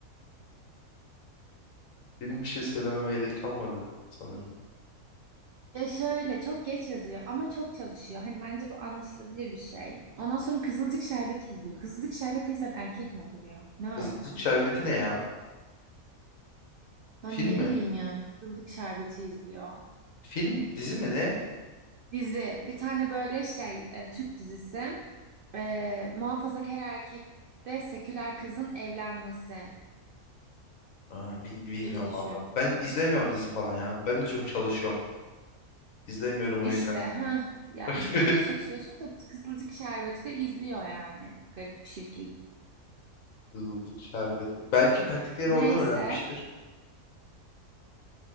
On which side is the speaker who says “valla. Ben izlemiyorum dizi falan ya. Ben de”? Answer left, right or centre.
Left